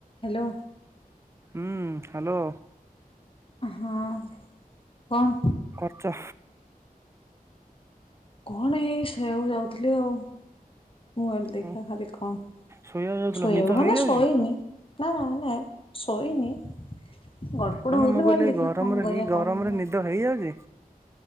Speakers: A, on the left; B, on the right.
A: Hello.
B: ଉୁଁ hello.
A: ହଁ କଣ?
B: ଚୋ
A: କଣ ଏଇ ଶୋଇବାକୁ ଯାଉଥିଲି ଆଉ। ମୁଁ କହିଲି ଦେଖିଆ
B: ଓ
A: ଖାଲି କଣ
B: ଶୋଇବାକୁ ଯାଉଥିଲ
A: ଶୋଇବାକୁ
B: ନିଦ
A: ମାନେ
B: ହେଇଯାଉଛି?
A: ଶୋଇନି। ନାଁ ନାଁ ନାଁ ଶୋଇନି ଗଡ କୋଉଠୁ
B: ନା
A: ହଉଥିଲା
B: ନା
A: ମୁଁ କହିଲି
B: ଏଇ
A: ଦେଖିଆ
B: ଗରମରେ
A: କଣ କରିବା
B: ଏଇ ଗରମରେ
A: <unintelligible>
B: ନିଦ ହେଇଯାଉଚି।